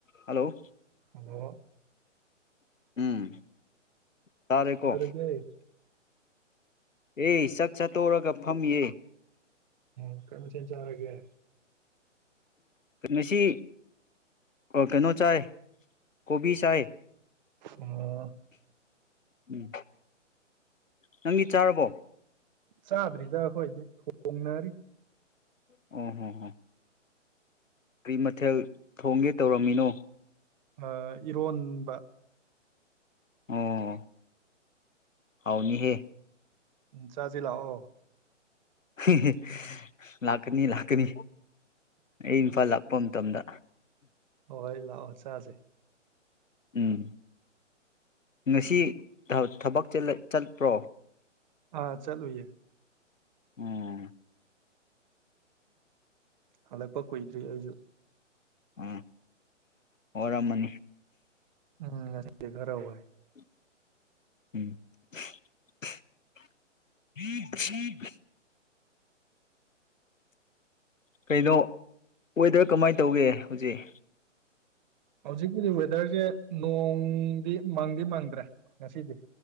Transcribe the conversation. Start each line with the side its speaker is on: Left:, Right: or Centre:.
Left: <inaudible> hello
Right: ꯑꯗꯣ
Left: ꯎꯝ ꯇꯥꯔꯦꯀꯣ
Right: ꯀꯅꯥꯔꯒꯦ <unintelligible>
Left: ꯑꯦ ꯁꯥꯛ ꯆꯠꯇꯣꯛꯔꯒ ꯐꯝꯑ
Right: ꯎ ꯀꯩꯅ ꯊ ꯆꯥꯔꯒꯦ
Left: ꯩꯅꯁꯤ ꯀꯩꯅꯣ ꯆꯥꯏ ꯀꯣꯕꯤ ꯆꯥꯏ
Right: ꯑꯣ
Left: ꯎꯝ ꯅꯪꯒꯤ ꯆꯥꯔꯕꯣ
Right: ꯆꯥꯗ꯭ꯔꯤꯗ ꯑꯩꯈꯣꯏꯗꯤ ꯊꯣꯡꯅꯔꯤ
Left: ꯎꯝ ꯍꯝꯝ ꯀꯔꯤ ꯃꯊꯦꯜ ꯊꯣꯡꯒꯦ ꯇꯧꯔꯝꯃꯤꯅꯣ
Right: ꯑ ꯏꯔꯣꯟꯕ
Left: ꯑꯣ ꯍꯥꯎꯥꯎꯅꯤ ꯍꯦ
Right: ꯆꯥꯖꯤꯂ ꯑꯣ
Left: <unintelligible> ꯂꯥꯛꯀꯅꯤ ꯂꯥꯛꯀꯅꯤ ꯑꯩ ꯏꯝꯐꯜ ꯂꯄ ꯃꯇꯝꯗ
Right: ꯍꯣꯏ ꯂꯥꯎꯑꯣ ꯁꯥꯖꯩ
Left: ꯎꯝ ꯉꯁꯤ ꯊꯕꯛ ꯆꯠꯄ꯭ꯔꯣ
Right: ꯑꯥ ꯆꯠꯂꯨꯌꯦ
Left: ꯎꯝ
Right: ꯍꯂꯦ ꯄꯛꯀꯣꯏꯗ꯭ꯔꯤ ꯑꯩꯁꯨ
Left: ꯎꯝ ꯑꯣꯔꯝꯃꯅꯤ
Right: ꯎꯝ ꯉꯁꯤꯗꯤ ꯈꯔꯥ ꯋꯥꯏ
Left: ꯎ ꯍ ꯍ <inaudible> ꯀꯩꯅꯣ ꯑꯣꯏꯗꯔ ꯀꯃꯥꯏꯅ ꯇꯧꯒꯦ ꯍꯧꯖꯤꯛ
Right: ꯍꯧꯖꯤꯛꯀꯤꯗꯤ ꯋꯦꯗꯔꯁꯦ ꯅꯣꯡꯗꯤ ꯃꯪꯗꯤ ꯃꯪꯗ꯭ꯔꯦ ꯉꯁꯤꯗꯤ